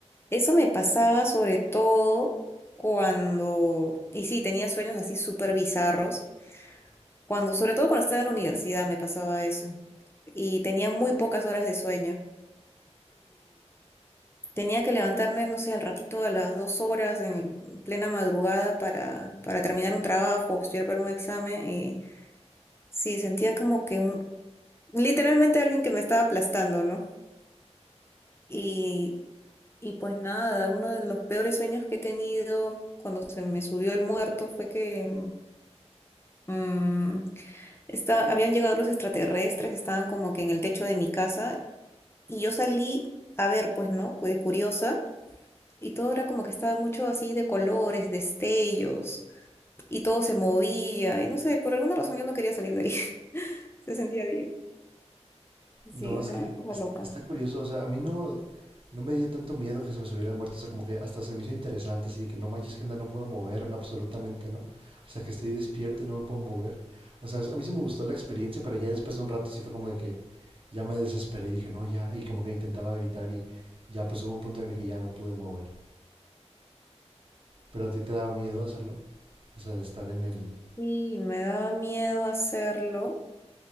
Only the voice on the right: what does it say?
No, es
que
est-
está curioso, o sea, a mí no, no me dio tanto miedo que se me subiera de muerto, o sea, como que hasta se me hizo interesante, así de que no manches que onda, no puedo moverme absolutamente, ¿no? O sea, que estoy despierto y no me puedo mover. O sea, a mí sí me gustó la experiencia, pero ya después de un rato sí fue como de que ya me desesperé y dije, no, ya, y como que intentaba gritar y ya pues hubo un punto en el que ya me pude mover. Pero a ti te daba miedo hacerlo, o sea, de estar en el...